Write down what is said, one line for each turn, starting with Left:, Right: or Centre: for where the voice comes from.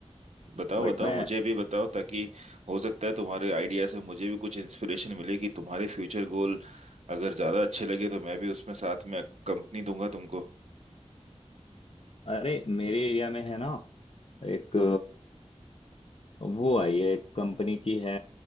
Right: बताओ
Left: बट
Right: बताओ
Left: मैं
Right: मुझे भी बताओ ताकि हो सकता है तुम्हारे आइडिया से मुझे भी कुछ इंस्पिरेशन मिलेगी तुम्हारे फ्यूचर गोल अगर ज्यादा अच्छे लगे तो मैं भी उसमें साथ में कंपनी दूंगा तुमको
Left: अरे मेरे एरिया में है ना एक अ, वो आई है एक कंपनी की है